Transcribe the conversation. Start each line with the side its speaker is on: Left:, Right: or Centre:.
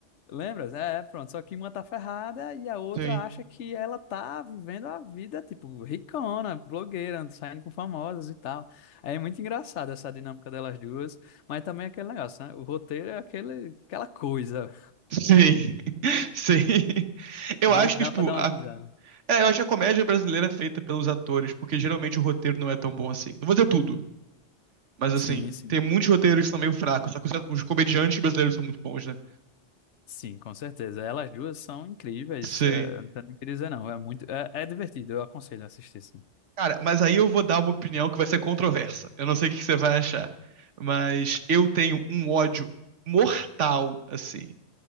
Left: Lembras? É, pronto. Só que uma tá ferrada e a outra
Right: Sim.
Left: acha que ela tá vivendo a vida, tipo, ricona, blogueira, saindo com famosos e tal. Aí É muito engraçado essa dinâmica delas duas. Mas também é aquele negócio, né? O roteiro é aquele, aquela coisa.
Right: Sim. <laughs> Sim. Eu
Left: Mas
Right: acho
Left: dá
Right: que, tipo,
Left: pra dar
Right: a,
Left: uma risada.
Right: É, eu acho a comédia brasileira é feita pelos atores, porque geralmente o roteiro não é tão bom assim. Não vou dizer tudo, mas
Left: Sim,
Right: assim,
Left: sim.
Right: tem muitos roteiros que são meio fracos, só que os, os comediantes brasileiros são muito bons, né?
Left: Sim, com certeza. Elas duas são incríveis.
Right: Sim.
Left: É, não tenho nem o que dizer, não. É muito, é, é divertido. Eu aconselho a assistir, sim.
Right: Cara, mas aí eu vou dar uma opinião que vai ser controversa. Eu não sei o que você vai achar, mas eu tenho um ódio mortal, assim,